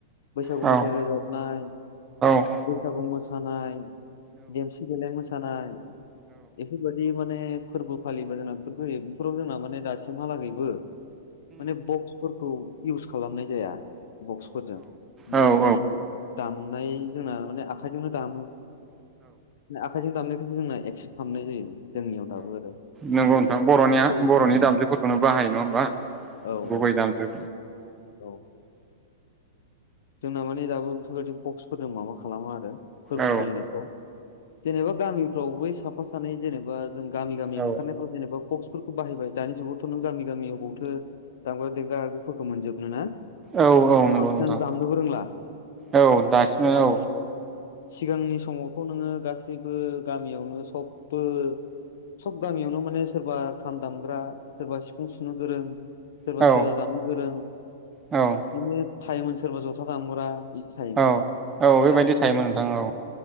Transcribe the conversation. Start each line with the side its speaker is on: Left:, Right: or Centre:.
Left: बैसागु
Right: औ
Left: मेथाइ
Right: उम
Left: रोजाबनाय
Right: औ
Left: बैसागु मोसानाय खानाय देमसि देलाय मोसानाय सानाय बेफोरबादि माने फोरबो फालिबा जोंना बेफोर बेफोराव जोंना माने दासिमहालागैबो माने बक्सफोरखौ इउस खालामनाय जाया बक्सफोरजों माने
Right: औ औ
Left: जि दामनाय जोंना माने आखाइजोंनो दामो आखाइजों दामनायखौ जोंना एक्स खामनाय जायो जोंनियाव दाबो आरो माने
Right: नोंगौ नोंथां
Left: बेफोरबायदि
Right: बरनिया
Left: फोरबो
Right: बरनि
Left: फालिनाय
Right: दामजुफोरखौनो बाहायो नङा होमबा
Left: औ
Right: गुबै
Left: औ
Right: दामजु
Left: औ जोंना माने दाबो बेफोरबायदि बक्सफोरजों माबा खालामा आरो फोरबो
Right: औ
Left: फालिनायफ्राव जेनेबा गामिफ्राव बै साफा सानै जेनेबा जों गामि गामि
Right: औ
Left: ओंखारनायफ्राव जेनेबा बक्सफोरखौ बाहायबाय दानि जुगावथ नों गामि गामि अबावथो दामग्रा देग्रा आगगजुफोरखौ मोनजोबनो ना
Right: औ औ
Left: आरो
Right: नंगौ
Left: बांसिनानो
Right: नोंथां
Left: दामनोबो रोंला
Right: औ दासिम
Left: माखासेया
Right: औ
Left: सिगांनि समावथ नोङो गासैबो गामियावनो सबबो सब गामियावनो माने सोरबा खाम दामग्रा सोरबा सिफुं सुनो गोरों सोरबा
Right: औ
Left: सेरजा दानो गोरों
Right: औ
Left: बिदिनो थायोमोन सोरबा जथा दामग्रा बिदि थायोमोन
Right: औ औ बेबायदि
Left: दानि
Right: थायोमोन नोंथां औ